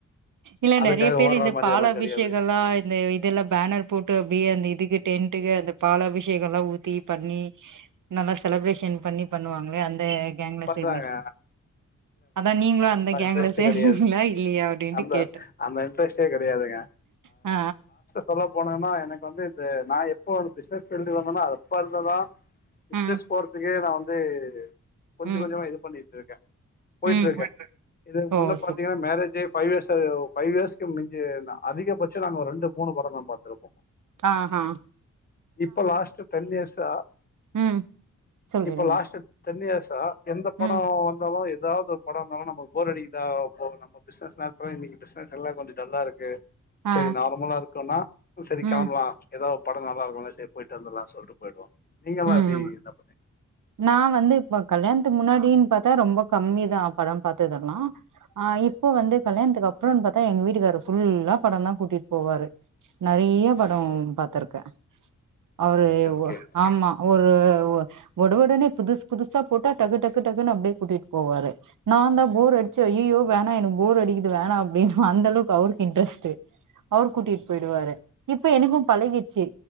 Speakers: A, on the right (about 80°); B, on the left (about 30°).
A: இல்ல
B: அதுக்காக
A: நறைய பேர்
B: ஓட்ற
A: இந்த
B: மாரி
A: பால்
B: எல்லா
A: அபிஷேகே
B: கெடையாதுங்க
A: எல்லா இந்த இதெல்லா பேனர் போட்டு அப்படியே அந்த இதுக்கு டெனட்க அந்த பால அபிஷேக எல்லா ஊத்தி பண்ணி நல்லா செலப்ரேஷன் பண்ணி பண்ணுவாங்களே அந்த கேங்கல
B: பண்றாங்க
A: சேர்ந்திருக்கீங்க அதா நீங்களு அந்த கேங்ல
B: இன்ட்ரெஸ்ட்
A: சேந்தீங்களா
B: கிடையாது
A: இல்லையா அப்டின்ட்டு
B: அந்த
A: கேட்டே.
B: அந்த இன்ட்ரெஸ்டே கிடையாதுங்க
A: ஆ
B: சொல்ல போனேன்னா எனக்கு வந்து இந்த நா எப்ப வந்து பிசுனெஸ் ஃபீல்டு வந்தேன்னா அப்போ இருந்து தா பிசினெஸ்க்கு
A: ஆ ம்
B: போறதுக்கே நா அது கொஞ்சோ
A: ம்
B: கொஞ்சோ இது பண்ணிரு இருக்க போயிட்டு
A: ம்
B: இருக்க இதுக்கு
A: ஓ
B: முன்ன பார்த்தீங்கன்னா
A: சூப்
B: மேரேஜே ஃபைவ் இயர்ஸ் ஃபவ் இயர்ஸ்கு அதிகபட்ச நாங்க ரெண்டு மூணு படம் தா பார்த்திருப்போ
A: ஆஹ் ஆஹ்
B: இப்ப லாஸ்ட் டன் இயர்ஸ்ஸா
A: ம் சொல்லிடுங்க
B: இப்ப லாஸ்ட் டென் யியர்ஸா எந்த படோ
A: ம்
B: வந்தாலு ஏதாவது படம் இருந்தாலு நம்ம போர் அடிக்குதா போ நம்ம பிசினஸ் நேரத்தல இன்னைக்கு பிசினஸ் எல்லா கொஞ்சோ டல்லா இருக்கு
A: ஆ
B: சரி நார்மலா இருக்கும்ன்னா சரி
A: ம்
B: கிளம்பலா ஏதாவ படோ நல்லா இருக் போயிட்டு வந்தலா சொல்லட்டு போயிடுவோ நீங்கல்லா
A: உஹம்
B: எப்டி என்ன பண்ணுவீங்க
A: நா வந்து இப்ப கல்யாணத்துக்கு முன்னாடின்னு பார்த்தா ரொம்ப கம்மிதா படம் பார்த்ததலா ஆஹ் இப்போ வந்து கல்யாணத்துக்கு அப்புறம்னு பார்த்தா எங்க வீட்டுக்காரர் ஃபுல்லா படோ தா கூட்டிட்டு போவாரு நறைய படோ பாார்த்திருக்க அவரு
B: ஓகே ஓகே
A: ஒரு உட உடனே புதுசு புதுசா போட்டா டக்கு டக்கு டக்குன்னு அப்படியே கூட்டிட்டு போவாரு நான்ந்தா போர் அடிச்சு ஐய்யயோ வேணா எனக்கு போர் அடிக்கது வேணா அப்படின்னு அந்த அளவுக்கு அவருக்கு இன்ட்ரெஸ்ட் அவர் கூட்டிட்டு போயிடுவாரு இப்ப எனக்கு பழகிடுச்சு